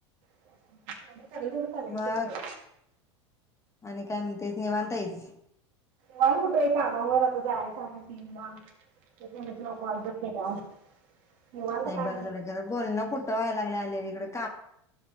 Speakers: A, on the right; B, on the left.
A: <unintelligible> मला तेवढं पनीर
B: मग
A: ठेवून दे.
B: आणि काय म्हणतेच निवांत आहेस.
A: मला कुठ कामावर आता जायचं आहे तीन ला मी म्हणल तुला कॉल तर केला. निवांत
B: नाई
A: काय
B: बरं झालं खर बोलनं कुठ <unintelligible> आल्यात इकडं.